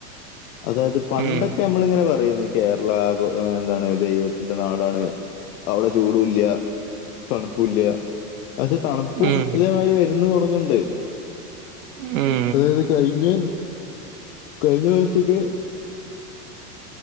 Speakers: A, on the left (about 65°); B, on the right (about 60°).
A: അതായത് പണ്ടൊക്കെ
B: ഉം
A: നമ്മള ഇങ്ങനെ പറയുന്നേക്കാ കേരള ആകു, എന്താണ് ദൈവത്തിന്റെ നാടാണ്. അവിടെ ചൂടൂല്ല. തണുപ്പുല്ല പക്ഷെ തണുപ്പും
B: ഉം.
A: തേ മാതിരി വരന്ന് തുടങ്ങണ്ട്
B: ഉം
A: അതായത് കഴിഞ്ഞെ, കഴിഞ്ഞ വർഷോക്കെ